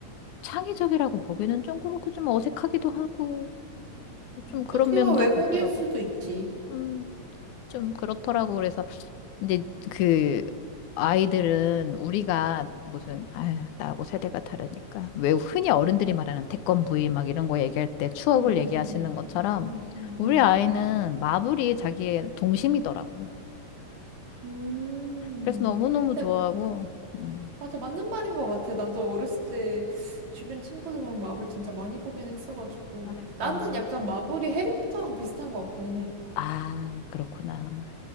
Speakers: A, on the left; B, on the right.
A: 창의적이라고 보기는 좀 그렇고 좀 어색하기도 하고,
B: 응.
A: 좀 그런
B: 어떻게
A: 면도
B: 보면 왜곡일
A: 있더라고.
B: 수도 있지.
A: 음, 좀 그렇더라고. 그래서 근데 그 아이들은 우리가 무슨 아휴, 나하고 세대가 다르니까 왜 흔히 어른들이 말하는 태권브이 막 이런 거 얘기할 때 추억을
B: 응, 응,
A: 얘기하시는
B: 응, 응,
A: 것처럼
B: 응, 응,
A: 우리
B: 응.
A: 아이는 마블이 자기의 동심이더라고.
B: 음,
A: 그래서 너무너무
B: 근데
A: 좋아하고
B: 마, 음,
A: 음.
B: 맞아, 맞는 말인 것 같아. 나도 어렸을 때 주변 친구들 보면 마블 진짜 많이 보긴 했어가지고.
A: 그러니까.
B: 나한텐 약간 마블이 해리포터랑 비슷한 것 같기는 해.
A: 아, 그렇구나.